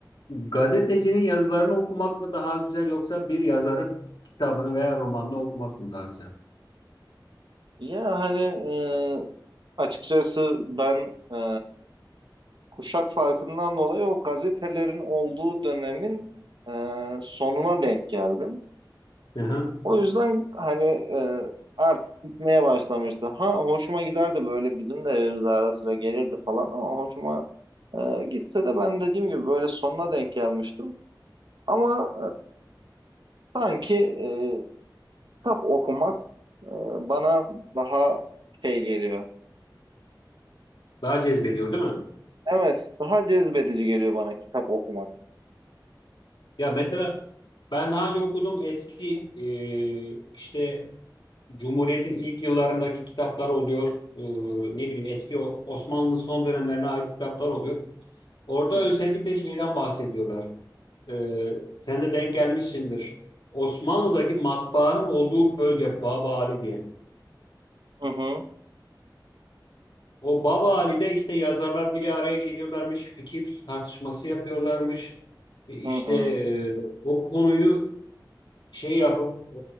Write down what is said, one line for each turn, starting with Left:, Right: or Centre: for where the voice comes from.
Left: gazetecinin yazılarını okumak mı daha güzel yoksa bir yazarın kitabını veya romanını okumak mı daha güzel?
Right: Ya hani e, açıkçası ben e, kuşak farkından dolayı o gazetelerin olduğu dönemin e, sonuna denk geldim.
Left: Hı hı.
Right: O yüzden hani e, artık gitmeye başlamıştı. Ha hoşuma giderdi böyle bizim de evimize ara sıra gelirdi falan ama hoşuma e, gitse de ben dediğim gibi böyle sonuna denk gelmiştim. Ama e, sanki e, kitap okumak e, bana daha şey geliyor.
Left: Daha cezbediyor değil mi?
Right: Evet, daha cezbedici geliyor bana kitap okumak.
Left: Ya mesela ben daha önce okuduğum eski e, işte Cumhuriyet'in ilk yıllarındaki kitaplar oluyor. E, ne bileyim eski o- Osmanlı'nın son dönemlerine ait kitaplar oluyor. Orada
Right: Hı.
Left: özellikle şeyden bahsediyorlar. E, sen de denk gelmişsindir. Osmanlı'daki matbaanın olduğu bölge Baba Ali diye.
Right: Hı hı,
Left: O Baba Ali'de işte yazarlar bir araya geliyorlarmış, fikir tartışması yapıyorlarmış. E, İşte
Right: hı hı,
Left: e, o konuyu şey yapıp e,